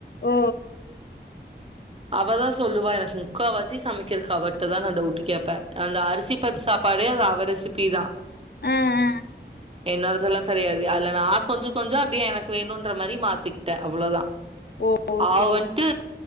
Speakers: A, on the left; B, on the right.
A: ஓ
B: அவதா சொல்லுவா எனக்கு முக்கா வாசி சமைக்கறக்கு அவட்டதா நா டவுட் கேப்ப அந்த அரிசி ம்பருப்பு சாப்பாடே அது அவ ரெசிபிதா
A: ஆ ஆ
B: என்னோடதெல்லா கெடையாது அதுல நா கொஞ்சோ கொஞ்சோ அப்டியே எனக்கு வேணுன்ற மாரி மாத்திகிட்ட அவ்ளோதா
A: ஓ
B: அவ
A: சேரி
B: வந்ட்டு